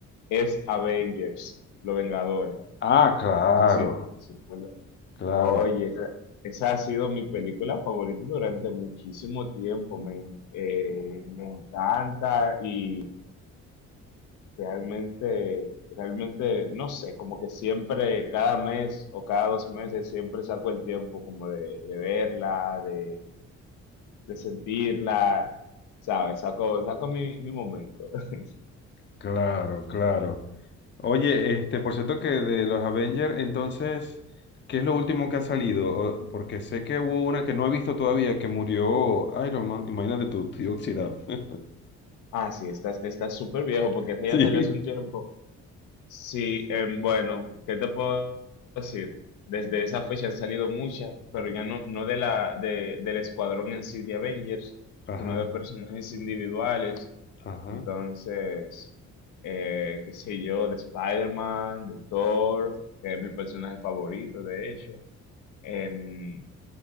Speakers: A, on the left; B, on the left.
A: es Avengers, Los Vengadores.
B: Ah, claro,
A: No sé si, si tú
B: claro,
A: Oye, esa, esa ha sido mi película favorita durante muchísimo tiempo, men. Eh, me encanta y realmente, realmente, no sé, como que siempre, cada mes o cada dos meses, siempre saco el tiempo como de, de verla, de, de sentirla, ¿sabes? Saco, saco mi, mi momento. <laughs>
B: claro, claro. Oye, este, por cierto que de los Avengers, entonces, ¿qué es lo último que ha salido? O- Porque sé que hubo una que no he visto todavía, que murió Iron Man. Imagínate tú, estoy oxidado. <laughs>
A: Ah, sí, esta, esta es súper viejo porque esta ya
B: Sí.
A: salió hace un tiempo. Sí, em, bueno, ¿qué te puedo decir? Desde esa fecha han salido muchas, pero ya no, no de la, de- del escuadrón en sí de Avengers,
B: Ajá,
A: sino de personajes individuales.
B: ajá.
A: Entonces, eh, qué sé yo, de Spider-Man, de Thor, que es mi personaje favorito, de hecho. em,